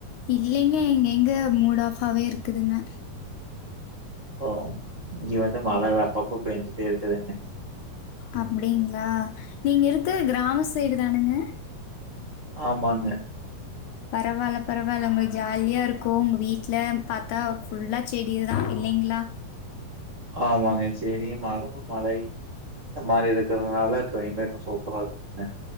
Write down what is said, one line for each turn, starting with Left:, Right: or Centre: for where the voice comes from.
Left: இல்லைங்க எங்க எங்க மூட் ஆஃபாவே இருக்கு இருக்குதுங்க
Right: ஓ இங்க வந்து மழ அப்பப்போ பேஞ்சுட்டே இருக்குதுங்க
Left: அப்டிங்களா நீங்க இருக்கர கிராம சைடு தானுங்க
Right: ஆமாங்க
Left: பரவால்ல பரவால்ல ஒங்க ஜாலியா இருக்கு ஒங்க வீட்ல பாத்தா ஃபுல்லா செடிதா இல்லைங்ளா
Right: ஆமாங்க செடி மரமு மழை இந்த மாரி இருக்றதுனால கிளைமேட்டு சூப்பரா இருக்குங்க